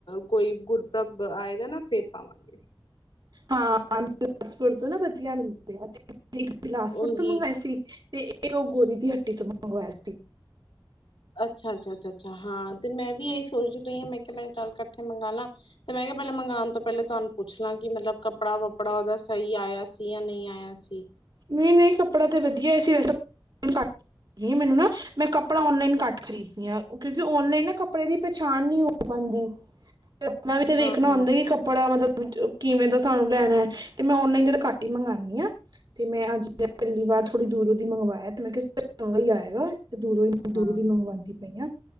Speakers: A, on the left (about 80°); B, on the right (about 55°).
A: ਕੋਈ ਗੁਰ ਪਰਬ ਆਏਗਾ ਨਾ ਫੇਰ ਪਾਵਾਂਗੇ।
B: ਹਾਂ ਬਿਲਾਸਪੁਰ ਤੋਂ ਨਾ ਵਧੀਆ ਮ <unintelligible> ਇੱਕ ਬਿਲਾਸਪੁਰ
A: ਉਹੀ
B: ਤੋਂ ਮੰਗਾਂਏ ਸੀ ਤੇ ਤੇ ਓ ਗੋਰੀ ਦੀ ਹੱਟੀ ਤੋਂ ਮੰਗਵਾਇਆ ਸੀ।
A: <inaudible> ਅੱਛਾ-ਅੱਛਾ-ਅੱਛਾ-ਅੱਛਾ ਹਾਂ ਤੇ ਮੈਂ ਵੀ ਏਈ ਸੋਚਦੀ ਪਈ ਆ ਮੈਂ ਕਿਆ ਮੈਂ ਚੱਲ ਕੱਠੇ ਮੰਗਾਂਲਾ। ਤੇ ਮੈਂ ਕਿਆ ਪੈਲਾਂ ਮੰਗਾਂਣ ਤੋਂ ਪੈਲੇ ਤੁਹਾਨੂੰ ਪੁੱਛ ਲਾਂ ਕੀ ਮਤਲਬ ਕੱਪੜਾ ਵੱਪੜਾ ਓਦਾ ਸਈ ਆਇਆ ਸੀ ਜਾਂ ਨੀ ਆਇਆ ਸੀ।
B: ਨਈ-ਨਈ ਕੱਪੜਾ ਤੇ ਵਧੀਆ ਆਇਆ ਸੀ ਵੈਸੇ <unintelligible> ਮੈਨੂੰ ਨਾ ਮੈਂ ਕੱਪੜਾ ਔਨਲਾਈਨ ਘੱਟ ਖ਼ਰੀਦਣੀ ਕਿਉਂਕੀ ਔਨਲਾਈਨ ਨਾ ਕੱਪੜੇ ਦੀ ਪਛਾਣ ਨੀ ਹੋ ਪਾਂਦੀ। ਤੇ ਆਪਣਾ ਵੀ ਤੇ ਵੇਖਣਾ
A: ਹਾਂ ਹਾਂ
B: ਹੁੰਦੈ ਕੀ ਕੱਪੜਾ ਮਤਲਬ ਕਿਵੇਂ ਦਾ ਥੋਂਨੂੰ ਲੈਣਾ ਤੇ ਮੈਂ ਔਨਲਾਈਨ ਜਰਾ ਘਟ ਈ ਮੰਗਾਂਣੀ ਆ। ਤੇ ਮੈਂ ਅੱਜ ਪੈਲੀ ਵਾਰ ਥੋੜ੍ਹੀ ਦੂਰੋਂ ਦੀ ਮੰਗਵਾਇਆ ਤੇ ਮੈਂ ਕਿਆ ਚੰਗਾ ਈ ਆਏਗਾ। ਦੂਰੋਂ ਈ ਦੂਰੋਂ
A: ਹਾਂ
B: ਦੀ ਮੰਵਾਂਦੀ ਪਈ ਆਂ